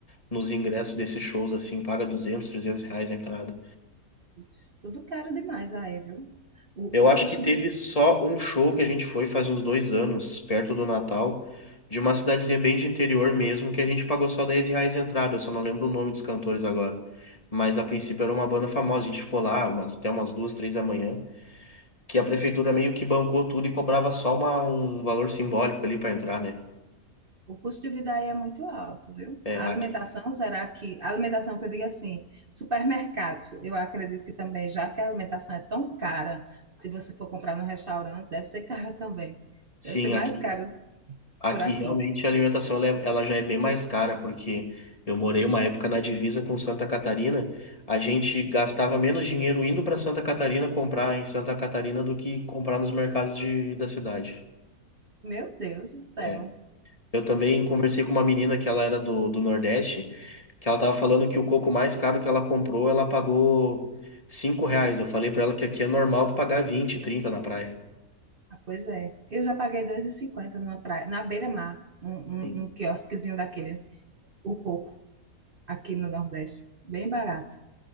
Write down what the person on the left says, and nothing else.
nos ingressos desses shows, assim, paga 200, 300 reais a entrada.
Eu acho
que teve
só um show que a gente foi faz uns dois anos, perto do Natal, de uma cidadezinha bem de interior mesmo, que a gente pagou só 10 reais a entrada, eu só não lembro o nome dos cantores agora. Mas a princípio era uma banda famosa, a gente ficou lá umas, até umas duas, três da manhã. que a prefeitura meio que bancou tudo e cobrava só uma, um valor simbólico ali para entrar, né?
É,
aqui.
Sim,
aqui.
Aqui
realmente a alimentação ela, é- ela já é bem mais cara, porque eu morei uma época na divisa com Santa Catarina. A gente gastava menos dinheiro indo para Santa Catarina comprar em Santa Catarina do que comprar nos mercados de, da cidade.
É, Eu também conversei com uma menina que ela era do, do Nordeste, que ela tava falando que o coco mais caro que ela comprou, ela pagou 5 reais. Eu falei pra ela que aqui é normal tu pagar vinte, trinta na praia.
Sim.